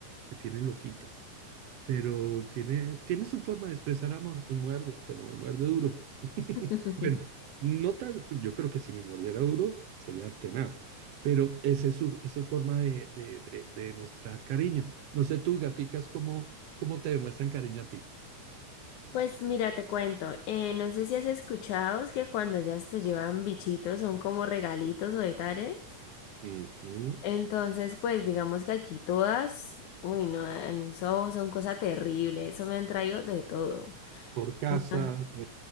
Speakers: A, on the right (about 65°); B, on the left (about 75°).
A: me tienen loquito pero tiene, tiene su forma de expresar amor y muerde, pero me muerde duro. <laughs>
B: <laughs>
A: Bueno, no tal, yo creo que si me mordiera duro sería tenaz, pero esa es su, es su forma de, de, de- de demostrar cariño. No sé, tus gaticas, ¿cómo, cómo te demuestran cariño a ti?
B: Pues mira, te cuento, eh, no sé si has escuchado es que cuando ya te llevan bichitos son como regalitos o detalles.
A: Ujú.
B: Entonces, pues digamos que aquí todas, uy, no, eso son cosas terribles, eso me han traído de todo.
A: Por casa.
B: Ah.
A: <laughs>